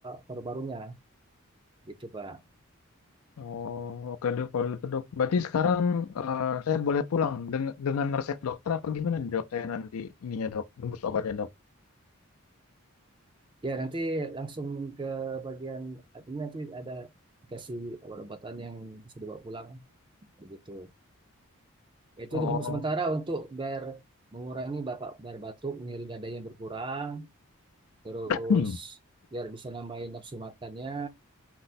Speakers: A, on the right; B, on the left.
A: paru-parunya Gitu, Pak.
B: Oh oke dok kalau gitu dok. Berarti sekarang eh, saya boleh pulang dengan, dengan resep dokter apa gimana nih dok? Saya nanti ininya dok, nembus obatnya dok.
A: Ya, nanti langsung ke bagian admin, nanti ada dikasih obat-obatan yang bisa dibawa pulang begitu. Ya, Itu
B: Oh,
A: untuk sementara untuk biar mengurangi bapak biar batuk, nyeri dada yang berkurang, terus
B: <clears throat> hmm.
A: biar bisa nambahin nafsu makannya,